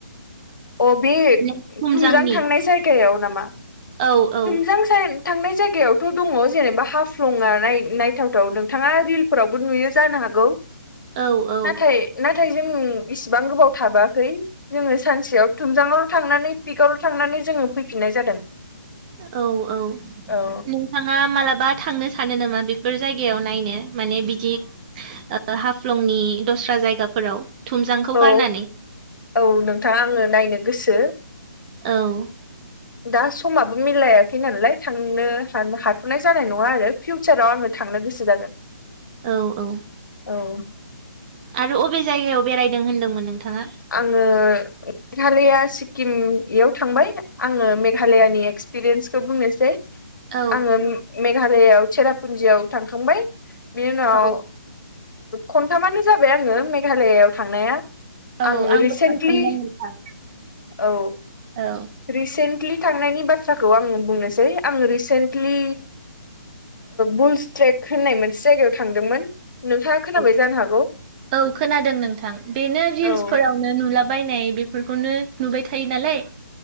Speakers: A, on the left; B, on the right.
A: अ बे
B: माने
A: तुमजां
B: थुमजांनि
A: थांनाय जायगायाव नामा?
B: औ औ
A: तुमजां साय थांनाय जायगायावथ' दङ जेनेबा हाफ्लङानाय नायथावथाव नोंथाङा रिल फोरावबो नुयो जानो हागौ
B: औ औ
A: नाथाय नाथाय जों इसिबां गोबाव थाबोआखै जोङो सानसेयाव तुमजङावल' थांनानै पिकावल' थांनानै जोङो फैफिननाय जादों।
B: औ-औ
A: औ
B: नोंथाङा मालाबा थांनो सानो नामा बेफोर जायगायाव नायनो माने बिदि हाफ्लंनि दस्रा जायगाफोराव थुमजांखौ
A: औ
B: गारनानै
A: औ नोंथाङा आङो नायनो गोसो
B: औ
A: दा समाबो मिलायाखै नालाय थांनो हाथ'नाय जानाय नङा आरो फिउचाराव आङो थांनो गोसो जागोन
B: औ औ
A: औ
B: आरो अबे जायगायाव बेरायदों होनदोंमोन नोंथाङा
A: आङो मेघालया सिक्किमयाव थांबाय आङो मेघालयानि एक्सपिरियेन्सखौ बुंनोसै
B: औ
A: आङो मेघालआव चेरापुन्जियाव थांखांबाय बिनि उनाव
B: औ
A: खनथामानो जाबाय आङो मेघालआव थांनाया
B: औ
A: आं
B: आंबो
A: रिसेन्टलि
B: सानदोंमोन नोंथां
A: औ
B: औ
A: रिसेन्टलि थांनायनि बाथ्राखौ आंो बुंनोसै आङो रिसेन्टलि बुल्स ट्रेक होननाय मोनसे जायगायाव थांदोंमोन नोंथाङा खोनाबाय
B: औ
A: जानो हागौ
B: औ खोनादों नोंथां बेनो रिल्सफोरावनो
A: औ
B: नुला बायनाय बेफोरखौनो नुबाय थायो नालाय